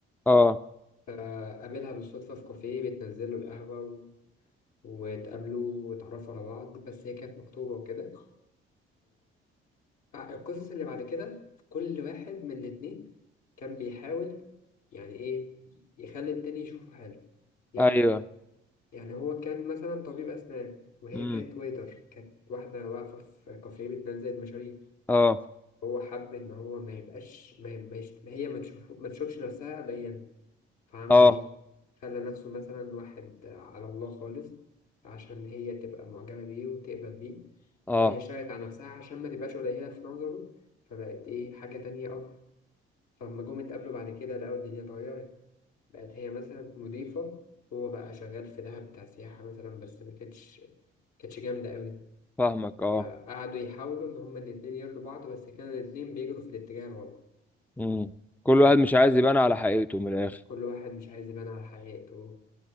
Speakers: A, in the centre; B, on the left.
A: اه
B: فقابلها بالصدفة في كافيه بتنزل له القهوة و- واتقابلوا واتعرفوا على بعض بس هي كانت مخطوبة وكده فالقصص اللي بعد كده كل واحد من الاتنين كان بيحاول يعني إيه يخلي التاني يشوفه حاله يعني
A: ايوه
B: يعني هو كان مثلا طبيب أسنان وهي
A: امم
B: كانت ويتر كانت واحدة واقفة في كافيه بتنزل المشاريب
A: اه
B: هو حب إن هو ما يبقاش ما ما يش... هي ما تشوف ما تشوفش نفسها قليلا فعمل
A: اه
B: إيه؟ خلى نفسه مثلا واحد على الله خالص عشان هي تبقى معجبة بيه وتقبل بيه
A: اه
B: وهي شايت على نفسها عشان ما تبقاش قليلة في نظره فبقت إيه حاجة تانية أكتر فلما جم اتقابلوا بعد كده لقوا الدنيا اتغيرت بقت هي مثلا مضيفة هو بقى شغال في دهب بتاع سياحة مثلا بس ما كانتش كانتش جامدة قوي
A: فاهمك اه
B: فقعدوا يحاولوا إن هما الاتنين يرضوا بعض بس كانوا الاتنين بيجروا في الاتجاه الغلط
A: امم كل
B: فاهمني
A: واحد مش عايز
B: بس
A: يبان على حقيقته من الاخر
B: كل واحد مش عايز يبان على حقيقته